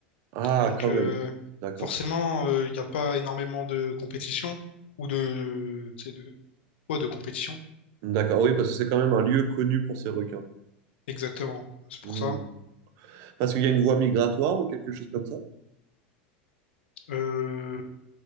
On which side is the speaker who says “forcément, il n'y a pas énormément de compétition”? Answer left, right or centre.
Left